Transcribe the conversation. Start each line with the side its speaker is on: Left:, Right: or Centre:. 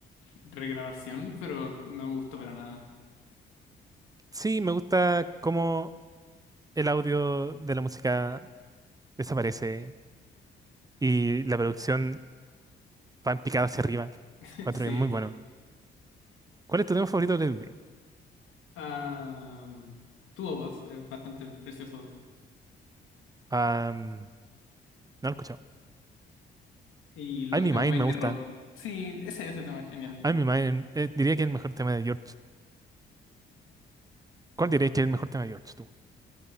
Left: regrabación, pero no me gustó para nada.
Right: sí, me gusta cómo el audio de la música desaparece y la producción va en picada hacia arriba.
Left: <laughs>
Right: cuatro
Left: Sí.
Right: que es muy bueno. ¿Cuál es tu tema favorito de Lil Wayne?
Left: Um, Two of Us es bastante precioso.
Right: Am, no lo he escuchado.
Left: Y Long
Right: I'm in
Left: and
Right: Mind
Left: Wide
Right: me gusta.
Left: Road. Sí, ese, ese tema es genial.
Right: I'm in Mind eh, diría que es el mejor tema de George. ¿Cuál dirías que es el mejor tema de George tú?